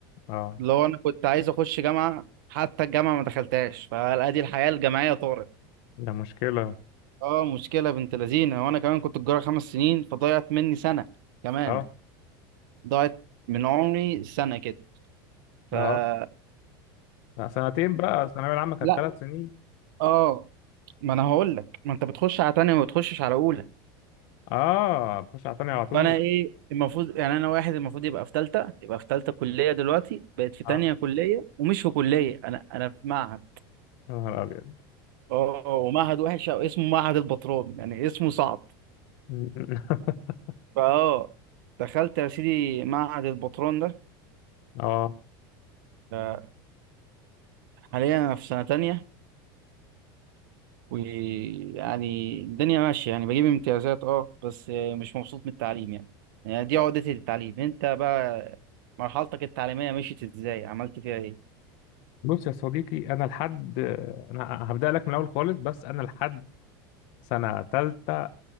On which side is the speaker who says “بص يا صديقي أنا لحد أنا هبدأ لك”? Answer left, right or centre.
Left